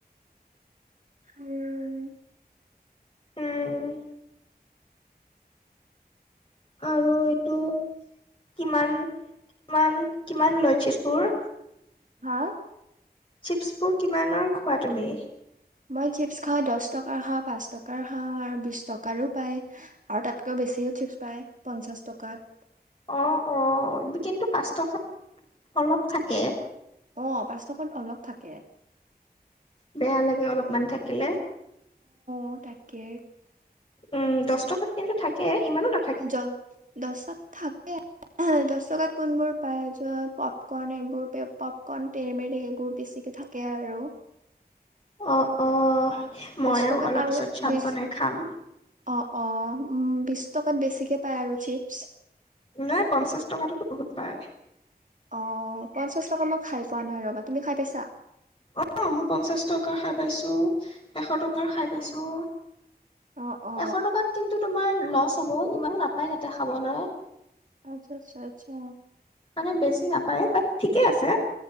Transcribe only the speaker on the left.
উম। আৰু এইটো কিমান, কিমান, কিমান লয় চিপছ্ বোৰ?
চিপছ্ বোৰ কিমানৰ খোৱা তুমি?
অ', অ' কিন্তু পাঁচ টকাত অলপ থাকে।
বেয়া লাগে অলপমান থাকিলে।
উম, দহ টকাত কিন্তু থাকে ইমানো না
অ অ ময়ো
অলপ
পিছত চাত
বনাই খাম।
নাই পঞ্চাশ টকাটোতো বহুত পায়।
অ, মোৰ পঞ্চাশ টকা খাই পাইছো এশ টকাৰ খাই পাইছো।
এশ টকাত কিন্তু তোমাৰ লচ হ'ব ইমানো নাপায় তাতে খাবলৈ।
মানে বেছি নাপায় বাট ঠিকে আছে।